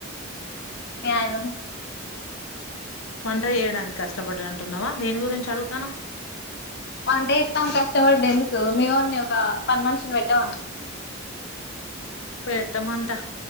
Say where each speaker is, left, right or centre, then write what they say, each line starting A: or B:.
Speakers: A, on the left; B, on the left.
A: <unintelligible>
B: వంట చేయడానికి కష్టపడం అంటున్నావా దేని గురించి అడుగుతానవ్
A: వంటే చెప్తాం కష్టపడ్డ ఎందుకు మేమన్ని ఒక పని మనిషిని పెట్టామని
B: పెట్టమంట